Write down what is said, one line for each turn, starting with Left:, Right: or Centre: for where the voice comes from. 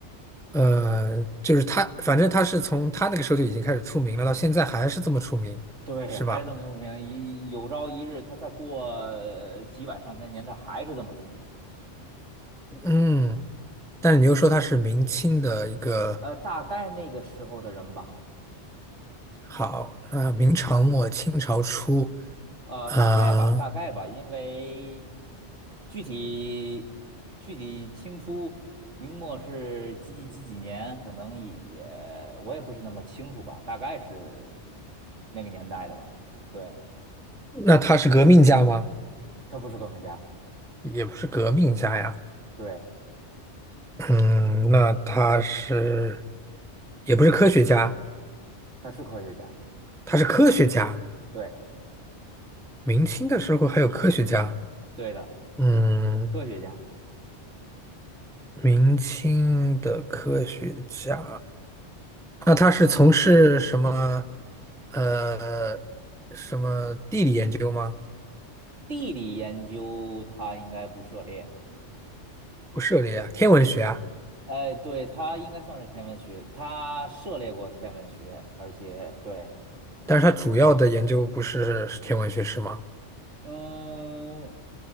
Centre: 呃，就是他，反正他是从他那个时候就已经开始出名了，到现在还是这么出名，
Right: 对，
Centre: 是吧？
Right: 还是这么出名。一有朝一日，他再过呃几百上千年，他还是这么出名。
Centre: 嗯，但是你又说他是明清的一个
Right: 呃，大概那个时候的人吧，
Centre: 好，那明朝末清朝初，
Right: 呃，
Centre: 啊、
Right: 大概吧，大概吧，因为具体具体清初明末是几几几几年，可能也也我也不是那么清楚吧，大概是那个年代的吧。对，
Centre: 那他是革命家吗？
Right: 他不是革命家，
Centre: 也不是革命家呀，
Right: 对，
Centre: 嗯，那他是也不是科学家，
Right: 他是科学家，
Centre: 他是科学家。
Right: 对，
Centre: 明清的时候还有科学家，
Right: 对的，
Centre: 嗯，
Right: 科学家。
Centre: 明清的科学家。那他是从事什么？呃，什么地理研究吗？
Right: 地理研究他应该不涉猎，
Centre: 不涉猎啊，天文学啊。
Right: 哎，对，他应该算是天文学，他涉猎过天文学，而且对，
Centre: 但是他主要的研究不是天文学是吗？
Right: 嗯，